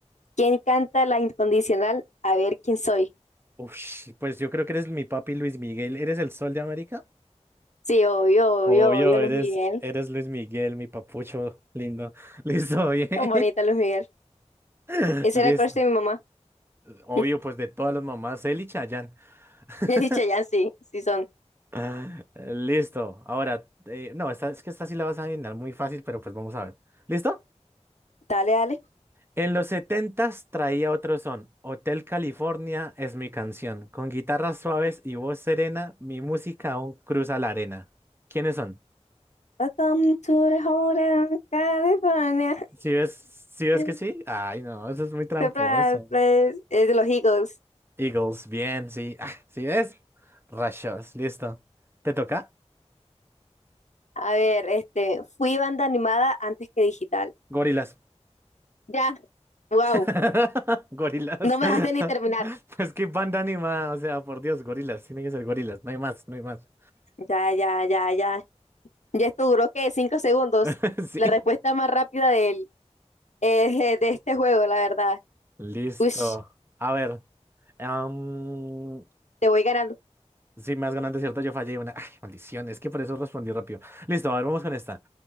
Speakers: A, on the left; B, on the right.
A: ¿Quién canta La Incondicional? A ver quién soy.
B: Ush, pues yo creo que eres mi papi Luis Miguel. ¿Eres el sol de América?
A: Sí, obvio, obvio,
B: Obvio,
A: obvio,
B: eres,
A: Luis Miguel.
B: eres Luis Miguel, mi papucho lindo. <laughs> Listo, bien.
A: Tan bonita Luis Miguel.
B: <laughs>
A: Ese
B: Listo.
A: era el crush de mi mamá.
B: Obvio,
A: <laughs>
B: pues de todas las mamás, él y Chayanne. <laughs>
A: He dicho ya, sí, sí son.
B: Ah, Listo. Ahora, eh, no, esta, es que esta sí la vas a adivinar muy fácil, pero pues vamos a ver. ¿Listo?
A: Dale, dale.
B: En los setentas traía otro son. Hotel California es mi canción. Con guitarras suaves y voz serena, mi música aún cruza la arena. ¿Quiénes son?
A: Welcome to the hotel, California.
B: Si ves, si ves
A: <laughs>
B: que sí? Ay, no, eso es muy tramposo.
A: Surprise, please. Es de los Eagles.
B: Eagles, bien, sí. Ah, ¿sí ves? Rayos, listo. ¿Te toca?
A: A ver, este, fui banda animada antes que digital.
B: Gorilas.
A: Ya, wow,
B: <laughs> Gorilas.
A: no me
B: <laughs>
A: dejaste ni terminar.
B: Pues qué banda anima, o sea, por Dios, gorilas. Tiene que ser gorilas, no hay más, no hay más.
A: Ya, ya, ya, ya. Ya esto duró, ¿qué? Cinco segundos.
B: <laughs> Sí.
A: La respuesta más rápida de él, eh, de este juego, la verdad.
B: Listo.
A: Ush,
B: A ver. am,
A: te voy ganando.
B: sí, me has ganado, es ¿cierto? Yo fallé una. Ay, maldición, es que por eso respondí rápido. Listo, a ver, vamos con esta.